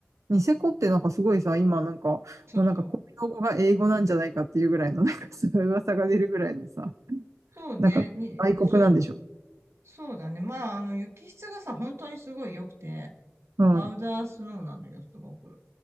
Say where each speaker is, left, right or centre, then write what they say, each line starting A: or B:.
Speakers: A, on the right; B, on the right.
A: ニセコってなんかすごいさ、今なんか、もうなんか公用語が英語なんじゃないかっていうぐらいの、
B: そうそう。
A: なんかそういう噂が出るぐらいのさ、
B: そうね。
A: なんか外国なんでしょ。
B: に、そう。そうだね。まあ、あの、雪質がさ、本当にすごい良くて、
A: うん。
B: パウダースノーなのよ、すごく。